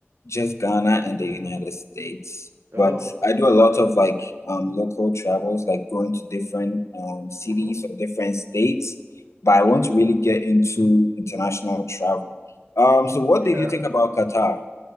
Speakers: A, on the left; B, on the right.
A: just Ghana and the United States.
B: Oh,
A: But I do a lot of like um local travels, like going to different um cities
B: mm-hmm.
A: or different states. But I want to really get into international travel. Um, so what did
B: Yeah.
A: you think about Qatar?